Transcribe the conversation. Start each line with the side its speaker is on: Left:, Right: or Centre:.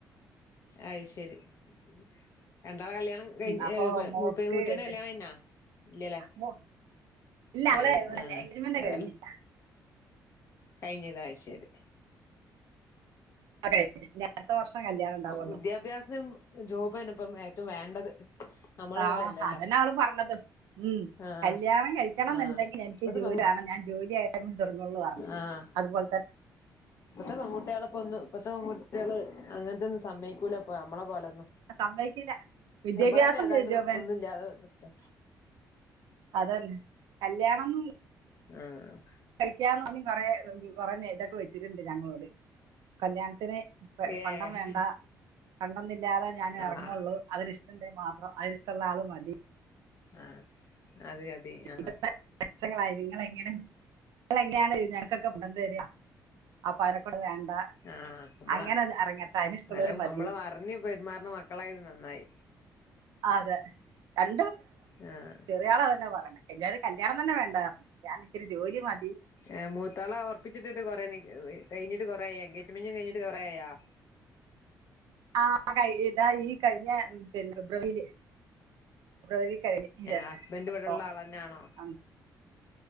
Left: അത് ശരി ഉം രണ്ടാളുടെ കല്യാണം കഴി
Right: അപ്പൊ മോൾക്ക്
Left: മുപ്പതി മൂത്തതിന്റെ
Right: ഇല്ല
Left: കല്യാണം കഴിഞ്ഞാ ഇല്ലല്ലേ
Right: മോ-
Left: ആഹ്
Right: അവളെ
Left: ഇല്ല ആഹ്
Right: എൻഗേജ്മെന്റ്
Left: ഏതായാലും
Right: കഴിഞ്ഞില്ല
Left: കഴിഞ്ഞതാ ശരി
Right: ആ, കഴിഞ്ഞ അടുത്ത വർഷം കല്യാണം ഉണ്ടാവുള്ളൂ
Left: വിദ്യാഭ്യാസം ജോബ് തന്നേ ഇപ്പോ ഏ വേണ്ടത് നമ്മളെ
Right: ആഹ്
Left: പോലെല്ലല്ലോ
Right: അതന്നെ അവള് പറഞ്ഞത് ഉം
Left: ആഹ്
Right: കല്യാണം കഴിക്കണോന്നുണ്ടെങ്കിൽ
Left: ആഹ്
Right: എനിക്ക്
Left: ഇപ്പത്തെ
Right: ജോലി
Left: പെൺ
Right: ആവണം ഞാൻ ജോലി ആയിട്ടേ ഇനി തുടങ്ങൂള്ളു പറഞ്ഞു
Left: ആഹ്
Right: അതുപോലെ ത
Left: ഇപ്പത്തെ പെൺകുട്ടികളെ പൊന്നു ഇപ്പത്തെ പെകുട്ടികള് അങ്ങനെ സമ്മയക്കൂല ഇപ്പോ നമ്മളെ പോലൊന്നും
Right: സമ്മതിക്കില്ല വിദ്യാഭ്യാസം
Left: നമ്മള് തന്നെ ഏതായാലും
Right: ചെ- ചെ-
Left: ഒന്നും ഇല്ലാതെ നിക്കുവാ
Right: അത് തന്നെ കല്യാണം
Left: ആഹ
Right: കഴിക്കാന്നോക്കി കൊറേ കൊറെനെയ്തൊക്കെ വെച്ചിട്ടുണ്ട് ഞങ്ങളോട് കല്യാണത്തിന്
Left: ഏഹ്
Right: പണ്ടം വേണ്ട പണ്ടൊന്നില്ലാതെ ഞാൻ എറങ്ങുള്ളൂ
Left: ആഹ്
Right: അതിന്ഷ്ട ട്ടണ്ടേ മാത്രം അതിരിഷ്ട്ടള്ള ആള് മതി
Left: ആഹ അതെ അതെയ് ആഹ
Right: ഇത് വർഷങ്ങളായി നിങ്ങളെങ്ങനെ നിങ്ങളെങ്ങനെയാണ് ഞങ്ങ്ക്കൊക്കെ പണം തര്യാ അപ്പയ്ന കൂടെ പാലക്കൂടെ വേണ്ട
Left: ആഹ നമ്മള
Right: അങ്ങനെ അത് ഇറങ്ങട്ടെ അതിനിഷ്ടമുള്ളവർ
Left: അല്ലോം
Right: മതി
Left: നമ്മളവർഞ് പെര്മാറണ മക്കളായത് നന്നായി
Right: അതെ കൽ
Left: ആഹ
Right: ഇയാള തന്നെപറയണ് കെജേരം കല്യാണം തന്നെ വേണ്ടാർഞ്ഞു ഞാനിക്കൊരു ജോലി മതി
Left: ഏ മൂത്താള ഒർപ്പിച്ചിട്ടിട്ട് കൊറെ നിക്ക് കയ്ഞ്ഞിട്ട് കൊറേയാ എൻഗേജ് മെന്റും കയ്ഞ്ഞിട്ട് കൊറേയാ
Right: ആഹ കഴ്ഞ്ഞിട്ടായി ഈ കഴ്ഞ്ഞെ പിന്നെ ഫെബ്രുവരില് ഫബ്രുവരി കഴിഞ്ഞില്ലേ
Left: ഹസ്ബൻഡ് ഇവിടെള്ള
Right: അപ്പൊ
Left: ആളെന്നാണോ
Right: അ